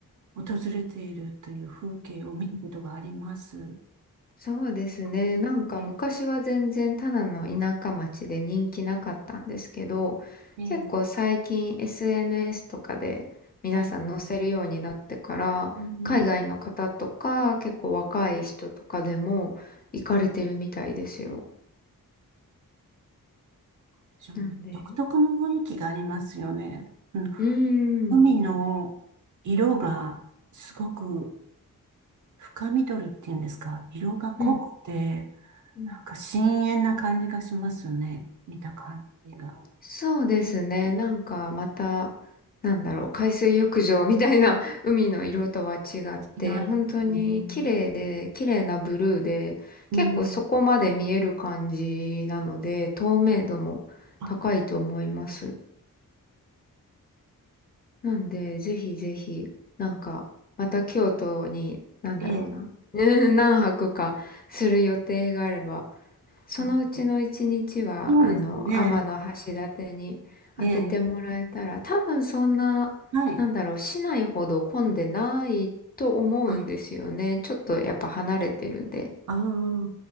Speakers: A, on the right; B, on the left.
A: 訪れているという風景を見ることがあります。
B: そうですね。
A: あ
B: なんか昔は全然ただの田舎町で人気なかったんですけど、
A: ええ、ええ、
B: 結構最近 SNS とかで皆さん載せるようになってから、
A: はい。うん
B: 海外の方とか結構若い人とかでも行かれてるみたいですよ。
A: でしょうね。
B: なんで、
A: 独特の雰囲気がありますよね。うん。
B: うー
A: 海の色がすごく
B: ん。
A: 深緑っていうんですか。色が濃くて、
B: うん。うん
A: なんか深遠な感じがしますよね。見た感じが。
B: そうですね。
A: 違
B: なんかまた、なんだろう、海水浴場みたいな <laughs> 海の色とは違って、
A: いますね。
B: 本当に綺麗で、綺麗なブルーで、
A: うん。
B: 結構そこまで見える感じなので、透明度も高いと思います。
A: あ
B: なんで、ぜひぜひ、なんか、また京都に、なんだろうな、
A: ええ。
B: <laughs> 何泊かする予定があれば、そのうちの一日は、
A: あそうですね。
B: あの、うの天橋立に当ててもらえたら、
A: ええ。
B: 多分そんな、
A: はい。
B: なんだろう、市内ほど混んでないと思うんですよね。
A: あ、
B: ちょっとやっぱ離れてるんで。
A: ああ、